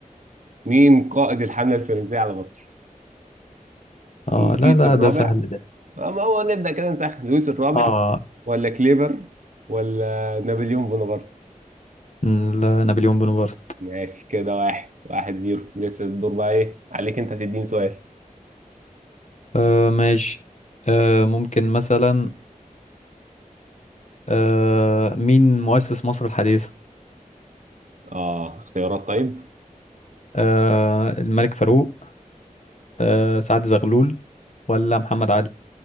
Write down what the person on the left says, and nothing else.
اه
لا لا
ده سهل ده
اه
م، لا، نابليون بونابرت
آه ماشي آه ممكن مثلا آه مين مؤسس مصر الحديثه
آه الملك فاروق آه سعد زغلول ولا محمد علي